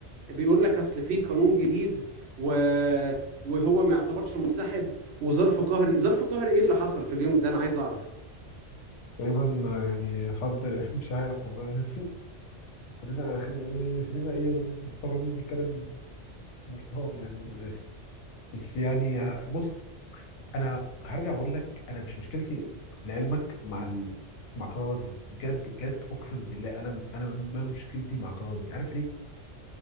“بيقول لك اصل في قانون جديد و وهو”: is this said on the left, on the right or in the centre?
Right